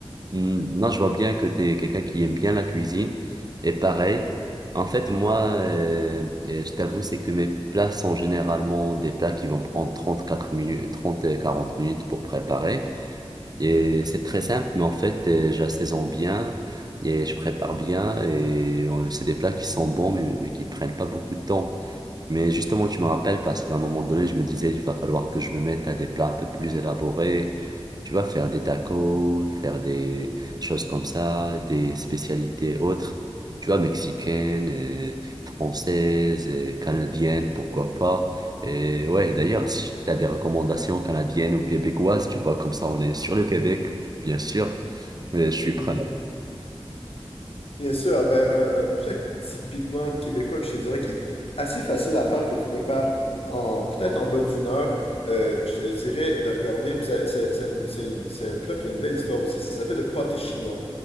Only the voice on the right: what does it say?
Hmm, Non, je vois bien que tu es quelqu'un qui aime bien la cuisine. Et pareil, en fait, moi, euh, euh, je t'avoue, c'est que mes plats sont généralement des plats qui vont prendre 34 minutes, 30 et 40 minutes pour préparer. Et c'est très simple, mais en fait, euh, j'assaisonne bien et je prépare bien. Et euh, c'est des plats qui sont bons, mais, mais qui prennent pas beaucoup de temps. Mais justement, tu me rappelles parce qu'à un moment donné, je me disais, il va falloir que je me mette à des plats un peu plus élaborés. Tu vas faire des tacos, faire des choses comme ça, des spécialités autres. Tu vois, mexicaines, et françaises, et canadiennes, pourquoi pas. Et ouais, d'ailleurs, si tu as des recommandations canadiennes ou québécoises, tu vois, comme ça, on est sur le Québec, bien sûr. Mais je suis preneur.